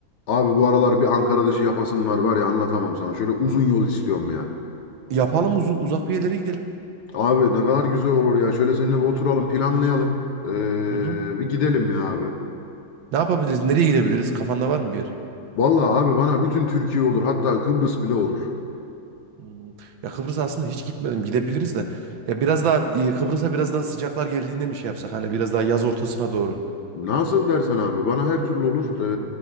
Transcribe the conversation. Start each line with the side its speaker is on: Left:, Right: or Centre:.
Left: Abi bu aralar bir Ankara dışı yapasım var var ya anlatamam sana. Şöyle uzun yol istiyorum ya.
Right: Yapalım uzu- uzak bir yerlere gidelim.
Left: Abi ne kadar güzel olur ya. Şöyle seninle bir oturalım
Right: Hı hı.
Left: planlayalım. Ee,
Right: Hı hı.
Left: bir gidelim ya abi.
Right: Ne yapabiliriz? Nereye gidebiliriz? Kafanda var mı bir yer?
Left: Vallahi abi bana bütün Türkiye olur. Hatta Kıbrıs bile olur.
Right: Hmm. Ya Kıbrıs aslında hiç gitmedim. Gidebiliriz de. Ya biraz daha e, Kıbrıs'a biraz daha sıcaklar geldiğinde mi şey yapsak? Hani biraz daha yaz ortasına doğru.
Left: Nasıl dersen abi bana her türlü olur.
Right: Hı hı.